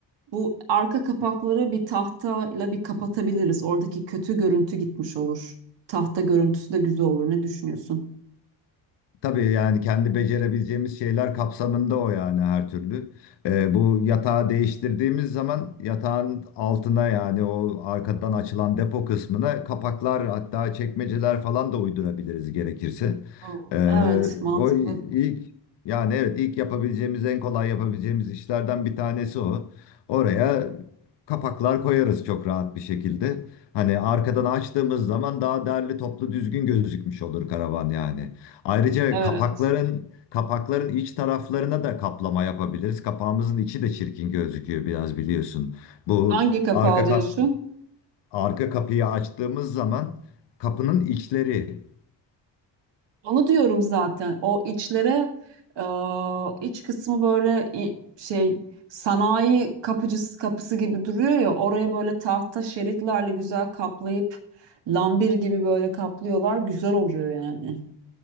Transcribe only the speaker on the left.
Tabii yani kendi becerebileceğimiz şeyler kapsamında o yani her türlü. Ee, bu yatağı değiştirdiğimiz zaman yatağın altına yani o arkadan açılan depo kısmına kapaklar hatta çekmeceler falan da uydurabiliriz gerekirse.
Ee,
o ilk yani evet ilk yapabileceğimiz en kolay yapabileceğimiz işlerden bir tanesi o. Oraya kapaklar koyarız çok rahat bir şekilde. Hani arkadan açtığımız zaman daha derli toplu düzgün gözükmüş olur karavan yani. Ayrıca
kapakların kapakların iç taraflarına da kaplama yapabiliriz. Kapağımızın içi de çirkin gözüküyor biraz biliyorsun. Bu
arka
kap arka kapıyı açtığımız zaman kapının içleri.